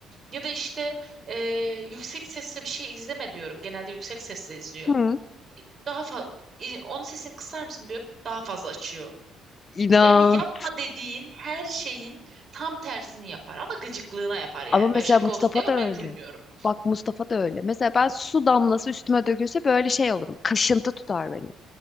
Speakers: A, on the right; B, on the left.
A: Ya da işte e, yüksek sesle bir şey izleme diyorum. Genelde yüksek sesle izliyor.
B: Hı.
A: Daha fa e, onun sesini kısar mısın diyor. Daha fazla açıyor.
B: İnat.
A: Yani yapma dediğin her şeyin tam tersini yapar ama gıcıklığına yapar yani.
B: Ama mesela
A: Böyle şaka
B: Mustafa
A: olsun diye ama
B: da
A: ben
B: öyle.
A: gülmüyorum.
B: Bak Mustafa da öyle. Mesela ben su damlası üstüme dökülse böyle şey olurum. Kaşıntı tutar beni.